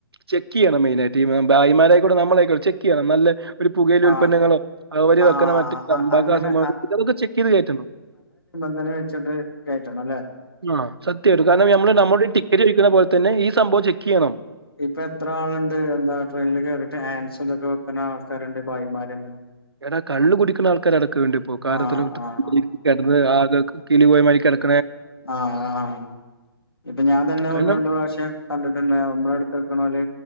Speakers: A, on the right; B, on the left.
A: ചെക്ക്യ്യണം മെയിനയിട്ട് ഈ ഭായിമാരായിക്കോടെ നമ്മള ആക്കൂടെ ചെക്ക്യ്യണം നല്ല ഒരു പുകയില
B: ആഹ്
A: ഉൽപന്നങ്ങളോ അവര്
B: ആഹ്
A: വെക്കുന്ന മറ്റ് തമ്പാക്ക
B: ആഹ് അങ്ങനെ
A: അതൊക്കെ ചെക്കെയ്ത് കേറ്റണം.
B: വെനെ വെച്ചോണ്ട്കേറ്റണം ലെ
A: ആഹ് സത്യമായിട്ടും കാരണം നമ്മള് നമ്മുടെ ടിക്കറ്റ് ഒഴിക്കുന്ന പോലെ തന്നെ ഈ സംഭവം ചെ‌ക്കെയ്യണം
B: ഇപ്പൊ എത്ര ആളുണ്ട് എന്താ ട്രെയിനിൽ കേയറിയിട്ട് ആൻസ്തൊക്കെ വെക്കുന്ന ആൾക്കാരുണ്ട് ഭായിമാരന്നെ
A: എടാ കള്ള്കുടിക്കുന്ന ആൾക്കാര അടക്ക വേണ്ടി ഇപ്പോ കാലത്തി
B: ആഹ് ആഹ്
A: കിടന്ന് ആക കിളി പോയ മാരിക്കണ്
B: ആഹ ആഹ ഇപ്പൊ ഞാൻ തന്നെ
A: കാരണം
B: ഒന്ന് രണ്ട് പ്രാവശ്യം കണ്ടിട്ടുണ്ട് നമ്മള അടുത്ത്ടുക്കണോല്